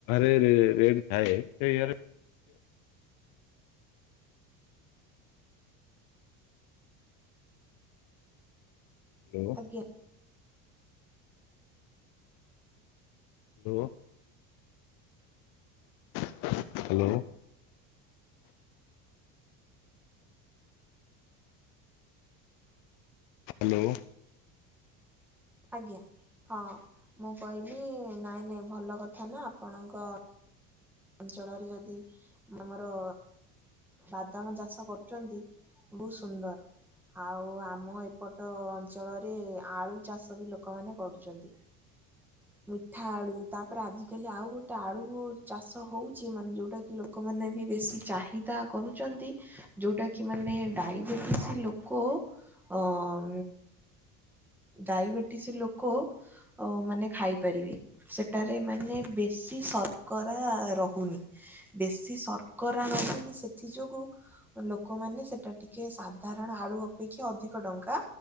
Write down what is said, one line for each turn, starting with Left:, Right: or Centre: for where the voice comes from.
Left: ରେ ରେଟ ଥାଏ ସେ- ହୁଁ।
Centre: ଆଜ୍ଞା
Left: <unintelligible> ହ୍ୟାଲୋ। ହ୍ୟାଲୋ।
Centre: ଆଜ୍ଞା ହଁ ମୁଁ କହିଲି ନାଇଁ ନାଇଁ ଭଲ କଥା ନା ଆପଣଙ୍କ ଅଞ୍ଚଳରେ ଯଦି ଆମର ବାଦାମ ଚାଷ କରୁଛନ୍ତି ବହୁତ ସୁନ୍ଦର। ଆଉ ଆମ ଏପଟ ଅଞ୍ଚଳରେ ଆଳୁ ଚାଷ ବି ଲୋକମାନେ କରୁଛନ୍ତି। ମିଠା ଆଳୁ ତାପରେ ଆଜିିକାଲି ଆଉ ଗୋଟେ ଆଳୁ ଚାଷ ହଉଛି ମାନେ ଯଉଟା କିି ଲୋକମାନେ ବି ବେଶୀ ଚାହିଦା କରୁଛନ୍ତି। ଯୋଉଟା କି ମାନେ ଡାଇବେଟିସ୍ ଲୋକ ଅ ଉଁ ଡାଇବେଟିସ୍ ଲୋକ ଓ ମାନେ ଖାଇପାରିବେ ସେଠାରେ ମାନେ ବେଶୀ ସ କରା ରହୁନି ବେଶୀ ଶର୍କରା ରହୁନି ସେଥି ଯୋଗୁ ଲୋକମାନେ ସେଟା ଟିକେ ସାଧାରଣ ଆଳୁ ଅପେକ୍ଷା ଅଧିକ ଟଙ୍କା